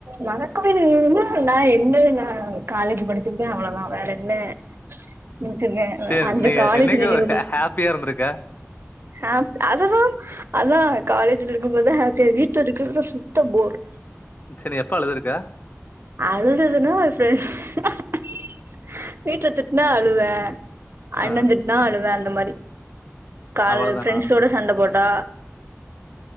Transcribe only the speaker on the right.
வணக்கோ. <unintelligible> நான் என்ன <unintelligible> ந காலேஜ் படிச். சுருக்க அவ்ளோதான் வேற என்ன முடிச்சிருக்க
அந்த
காலேஜ்
நினைவுகள்
ஹ அதுதான் அதான். காலேஜ்ல இருக்கும் போது ஹேப்பியா வீட்ல இருக்கறதல சுத்த போர்.
அழுதுதுன்னா ஃப்ரெண்ட்ஸ் ஹஹேஹ வீட்ல திட்டுனா அழுவ. அண்ணந்திட்னா
அழுவ. அந்த மாரி. கால்ல
ஃப்ரெண்ட்ஸோட சண்ட போட்டா.